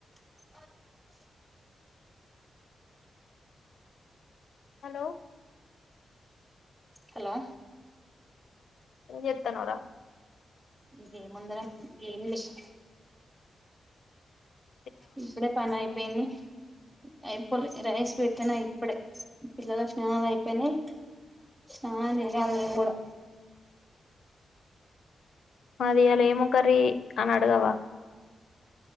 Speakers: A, in the centre; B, on the left.
A: <unintelligible>
B: Hello
A: hello
B: ఏం చేత్తన్నావ్ రా
A: ఇక ఎముంది రా ఇలీష్
B: ఉ
A: ఇప్పుడే పనియిపోయింది అయి పోల్ రైస్ పెట్టినా ఇప్పుడే పిల్లలక్షణలో అయిపోయినాయి స్నానం చేయాలె నేను కుడా
B: అది ఇయాల ఏము కర్రీ అని అడగావా